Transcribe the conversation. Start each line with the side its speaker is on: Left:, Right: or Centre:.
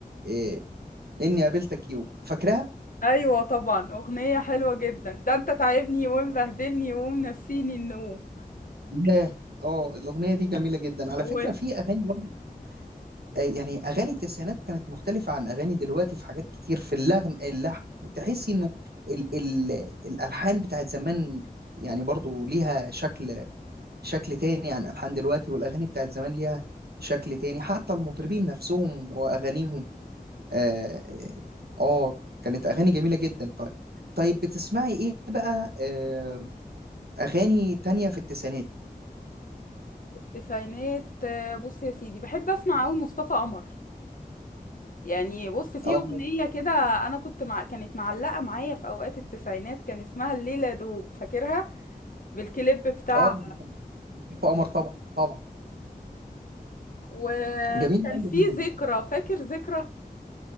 Right: إيه اني قابلتك يوم فاكراها؟
Left: ايوه طبعا اغنية حلوة جدا ده انت تعبني ومبهدلني ومنسيني النوم
Right: لا اه الأغنية دي جميلة جدا على
Left: و
Right: فكرة في أغاني برضو آه، يعني أغاني التسعينات كانت مختلفة عن أغاني دلوقتي في حاجات كتير في اللغن اللحن تحسي انه ال ال الألحان بتاعت زمان يعني برضو ليها شكل شكل تاني عن ألحان دلوقتي والأغاني بتاعت زمان ليها شكل تاني حتى المطربين نفسهم وأغانيهم آه, آه كانت أغاني جميلة جدا طيب طيب بتسمعي إيه بقى آه أغاني تانية في التسعينات؟
Left: تسعينات آه، بص يا سيدي بحب اسمع قوي مصطفى قمر يعني بص في
Right: آه
Left: اغنية كده انا كنت مع كانت معلقة معايا في اوقات التسعينات كان اسمها الليلة دوب فاكرها بالكليب بتاعها
Right: آه في قمر طبعا طبعا
Left: وكان
Right: جميل أوي.
Left: في ذكرى فاكر ذكرى